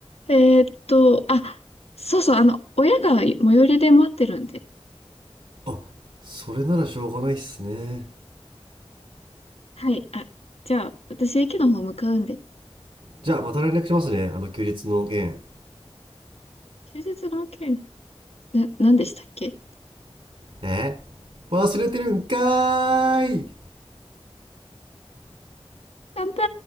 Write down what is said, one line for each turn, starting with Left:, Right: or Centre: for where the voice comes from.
Left: えーっと、あ、そうそう、あの、親が最寄りで待ってるんで。
Right: あ、それならしょうがないっすね。
Left: はい、あ、じゃあ私駅の方向かうんで。
Right: じゃあ、また連絡しますね。あの、休日の件。
Left: 休日の件、な、何でしたっけ
Right: え忘れてるんかーい
Left: 乾杯